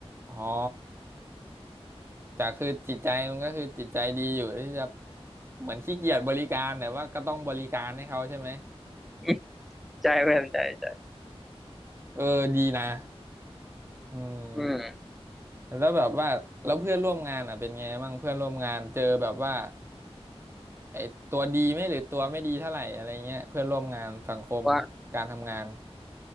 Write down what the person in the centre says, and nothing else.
<laughs> ใจเพื่อนใจใจ
อืม
ว่า